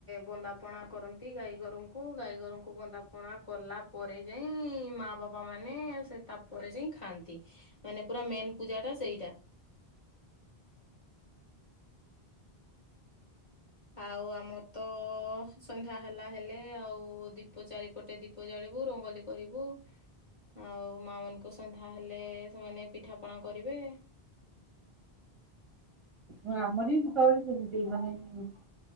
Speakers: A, on the left (about 35°); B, on the right (about 30°).
A: ବନ୍ଦାପ ଣା କରନ୍ତି ଗାଈ ଗୋରୁଙ୍କୁ ଗାଈ ଗୋରୁଙ୍କୁ ବନ୍ଦାପଣା କଲା ପରେ ଯାଇଁ ମା ବାପା ମାନେ ସେ ତାପରେ ଯାଇଁ ଖାଆନ୍ତି ମାନେ ପୁରା ମେନ୍ ପୂଜା ଟା ସେଇଟା। ଆଉ ଆମର ତ ସନ୍ଧ୍ୟା ହେଲା ହେଲେ ଆଉ ଦୀପ ଚାରିପଟେ ଦୀପ ଜାଳି ବୁ ରଙ୍ଗୋଲି କରିବୁ। ଆଉ ମା ମାନଙ୍କୁ ସନ୍ଧ୍ୟା ହେଲେ ସେମାନେ ପିଠା ପଣା କରିବେ।
B: ହଁ ଆମରି ବି ଦୀପାବଳି ସେମିତି ମାନେ ଉଁ